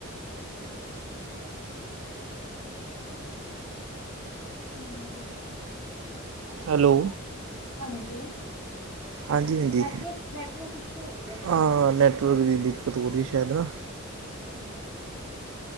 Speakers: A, on the left; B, on the right.
A: ਹੁ।
B: ਹੈਲੋ।
A: ਹਾਂਜੀ।
B: ਹਾਂਜੀ ਹਾਂਜੀ
A: ਨੈਟਵਰਕ ਨੈਟਵਰਕ ਇਸ਼ੂ ਹੋ ਰਹੀ ਹੈ ਸ਼ਾਇਦ
B: ਹਾਂ
A: ਨਾ
B: ਨੈਟਵਰਕ ਦੀ ਦਿੱਕਤ ਹੋ ਰੀ ਸ਼ਇਦ ਨਾ।
A: ਹਮ। <unintelligible>